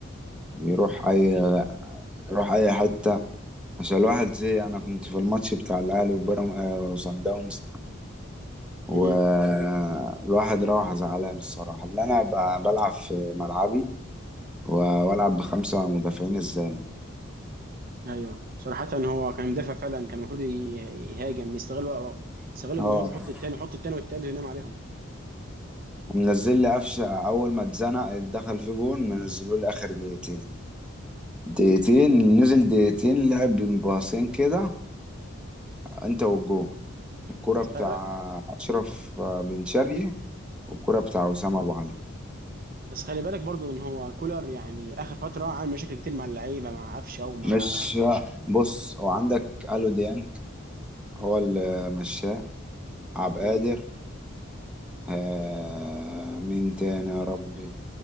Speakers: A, in the centre; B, on the right.
A: يروح أي يروح أي حتة عشان الواحد زي أنا كنت في الماتش بتاع الأهلي وبيراميدز وصن داونز ده والواحد
B: مم.
A: راح زعلان الصراحة اللي أنا ب- بلعب في ملعبي و- وألعب بخمسة مدافعين إزاي
B: ايوه صراحة هو كان مدافع فعلا كان المفروض ي- يهاجم يستغل وق- يستغل الجمهور
A: اه
B: ويحط التاني يحط التاني والتالت وينام عليهم
A: ومنزل لي قفشة أول ما اتزنق دخل في جون منزلوا لي آخر دقيقتين دقيقتين نزل دقيقتين لعب باصين كده انت والجون الكرة
B: بس
A: بتاع
B: خلي بالك
A: أشرف بن شرقي والكرة بتاع وسام أبو علي
B: بس خلي بالك برضو ان هو كولر يعني اخر فترة عامل مشاكل كتير مع اللعيبة مع قفشة ومع
A: مش بص هو عندك ألو ديانج هو اللي مشاه عبد القادر
B: مم.
A: آه، مين تاني يا ربي